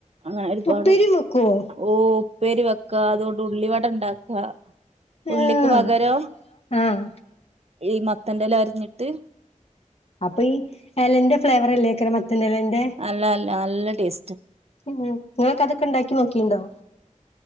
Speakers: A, on the right (about 50°); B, on the left (about 50°).
A: അങ്ങനെ ഒരുപാട്
B: ഉപ്പേരിയും വെക്കുവോ
A: ഓഹ് ഉപ്പേരി വെ ക്ക അതോണ്ട് ഉള്ളി വടണ്ടാക്ക ഉള്ളിക്ക്
B: ആഹ്
A: പകരം
B: ആഹ്
A: ഈ മത്തന്റെല അരഞ്ഞിട്ട്
B: അപ്പ ഈ എലന്റെ ഫ്ലേവർ അല്ലേക്കര മത്തന്റെ എലന്റെ?
A: അല്ല അല്ല നല്ല ടേസ്റ്റാ.
B: ഉം ഇങ്ങളക്കെ അതൊക്കെ ണ്ടാക്കി നോക്കിണ്ടോ?